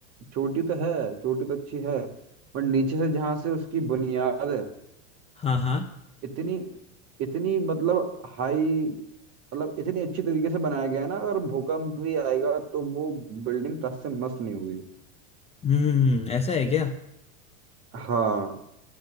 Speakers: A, on the right; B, on the left.
A: चोटी तो है चोटी तो अच्छी है पर नीचे से जहाँ से उसकी बुनियाद है
B: हाँ हाँ
A: इतनी इतनी मतलब हाई मतलब इतनी अच्छी तरीके से बनाया गया है ना अगर भूकंप भी आएगा तो वो बिल्डिंग टस से मस नहीं हुई
B: हम्म ऐसा है क्या
A: हाँ